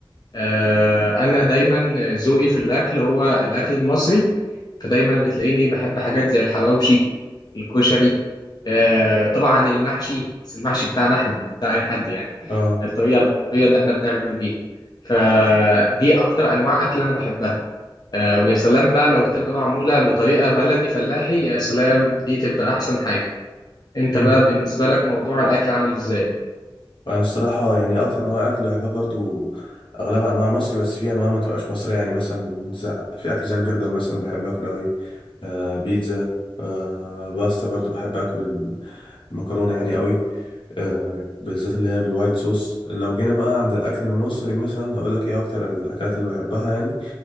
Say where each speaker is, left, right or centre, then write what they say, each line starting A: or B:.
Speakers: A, on the left (about 50°); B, on the left (about 70°).
A: آه، انا دايما ذوقي في الاكل هو الاكل المصري فدايما بتلاقيني بحب حاجات زي الحواوشي الكشري آه، طبعا المحشي بس المحشي بتاعنا احنا مش بتاع اي حد يعني
B: اه
A: الطريقه المصريه اللي احنا بنعمل بيها فدي اكتر انواع اكل انا بحبها آه، ويا سلام بقى لو تبقى معموله بطريقه بلدي فلاحي يا سلام دي تبقى احسن حاجه انت
B: مم.
A: بقى بالنسبه لك موضوع الاكل عامل ازاي
B: انا الصراحه يعني اكتر انواع الاكل اللي بحبها برضو اغلبها انواع مصري بس في انواع ما تبقاش مصريه يعني مثلا ز- في اكل زي البرجر مثلا بحب اكله قوي آه بيتزا آه باستا برضو بحب اكل المكرونه يعني قوي آه بالذات اللي هي بالوايت صوص لو جينا بقى عند الاكل المصري مثلا هقول لك ايه اكتر الاكلات اللي بحبها يعني